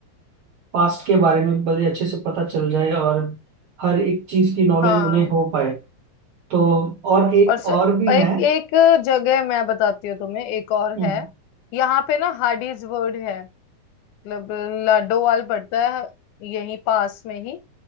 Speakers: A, on the right; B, on the left.
A: पास्ट के बारे में बड़े अच्छे से पता चल जाए और हर एक चीज की नॉलेज
B: हाँ
A: उन्हें हो पाए तो और एक
B: और स,
A: और भी
B: एक
A: है
B: एक जगह मैं बताती हूँ तुम्हें एक और
A: हम्म,
B: है यहाँ पे ना हार्डीज वर्ड है मतलब लाडोवाल पड़ता है यहीं पास में ही